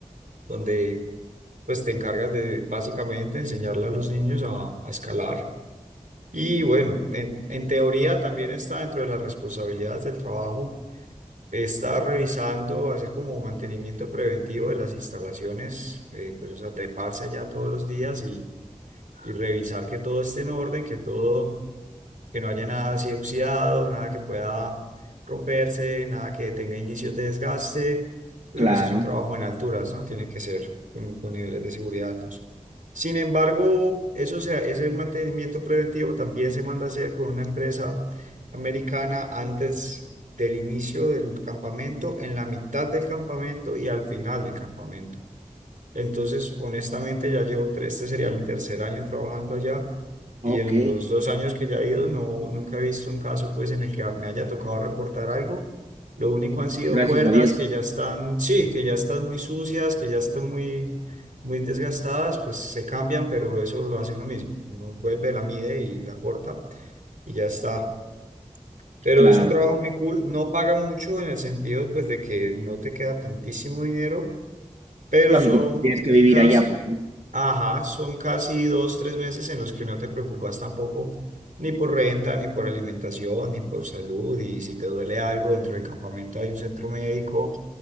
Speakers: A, on the right; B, on the right.
A: donde pues te encargas de básicamente enseñarle a los niños a a escalar. Y bueno, en, en teoría también está dentro de las responsabilidades del trabajo, está revisando, hacer como mantenimiento preventivo de las instalaciones, eh, pues o sea, treparse allá todos los días y, y revisar que todo esté en orden, que todo que no haya nada así oxidado, nada que pueda romperse, nada que tenga indicios de desgaste, porque
B: claro,
A: pues es un trabajo en alturas, ¿no? Tiene que ser con, con niveles de seguridad altos. Sin embargo, eso sea, ese mantenimiento preventivo también se manda a hacer con una empresa americana antes del inicio del campamento, en la mitad del campamento y al final del campamento. Entonces, honestamente, ya llevo tres, este sería mi tercer año trabajando allá
B: ok.
A: y en los dos años que ya he ido, no, nunca he visto un caso pues en el que me haya tocado reportar algo. Lo único han sido
B: Pues gracias
A: cuerdas
B: a Dios,
A: que ya están, sí, que ya están muy sucias, que ya están muy, muy desgastadas, pues se cambian, pero eso lo hace uno mismo. Uno vuelve, la mide y la corta y ya está. Pero
B: claro.
A: es un trabajo muy cool, no paga mucho en el sentido pues de que no te queda tantísimo dinero pero
B: Lógico,
A: son
B: porque tienes que vivir
A: casi,
B: allá, pues, ¿no?
A: ajá, son casi dos, tres meses en los que no te preocupas tampoco ni por renta, ni por alimentación, ni por salud, y si te duele algo dentro del campamento hay un centro médico,